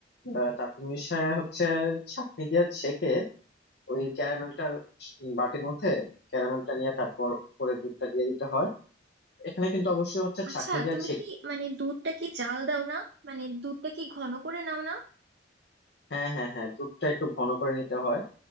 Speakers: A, on the left; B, on the right.
A: আহ, তারপর মিশিয়ে হচ্ছে ছাঁকনি দিয়ে ছেঁকে ওই ক্যারামেলটার বাটির মধ্যে ক্যারামেলটা নিয়ে তারপর উপরে দুধটা দিয়ে দিতে হয় এখানে কিন্তু অবশ্যই হচ্ছে
B: আচ্ছা
A: ছাঁকনি দিয়ে
B: তুমি কি মানে দুধটা কি জাল দাও না মানে দুধটা কি ঘন করে নাও না
A: হ্যাঁ হ্যাঁ হ্যাঁ দুধটা একটু ঘন করে নিতে হয়